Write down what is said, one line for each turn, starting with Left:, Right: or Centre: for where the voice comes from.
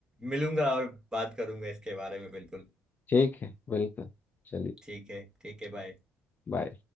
Right: मिलूंगा और बात करूंगा इसके बारे में बिल्कुल
Left: ठीक है बिल्कुल चलिए
Right: ठीक है ठीक है बाय
Left: बाय